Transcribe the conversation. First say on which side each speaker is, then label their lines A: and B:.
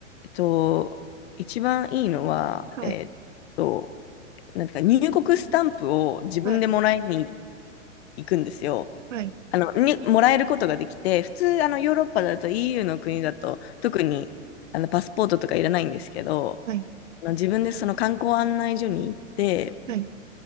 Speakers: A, on the left (about 55°); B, on the right (about 70°).
A: と、一番いいのは、
B: はい。
A: えっと、なんていうか、入国スタンプを自分でもらいに
B: はい。
A: 行くんですよ。
B: はい。
A: あの、に、もらえることができて、普通、あの、ヨーロッパだと EU の国だと、特に、あの、パスポートとかいらないんですけど、
B: はい。
A: あの自分でその観光案内所に行って、
B: はい。